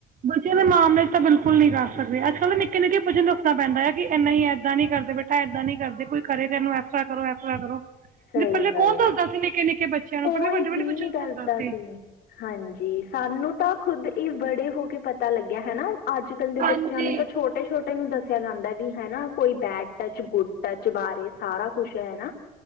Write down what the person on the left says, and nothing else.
ਹੋ
ਸਹੀ
ਗੱਲ
ਆ
ਕੋਈ
ਵੀ
ਨਹੀਂ ਦੱਸਦਾ
ਹਾਂਜੀ ਸਾਨੂੰ ਤਾਂ ਖੁਦ ਇਹ ਬੜੇ ਹੋ ਕੇ ਪਤਾ ਲੱਗਿਆ ਹੈ ਨਾ। ਅੱਜ ਕੱਲ੍ਹ ਦੇ
ਬੱਚਿਆਂ ਨੂੰ ਤਾਂ ਛੋਟੇ ਛੋਟੇ ਨੂੰ ਦੱਸਿਆ ਜਾਂਦਾ ਵੀ ਹੈਨਾ ਕੋਈ ਬੈਡ ਟੱਚ ਗੁੱਡ ਟੱਚ ਬਾਰੇ ਸਾਰਾ ਕੁਛ ਹੈ ਨਾ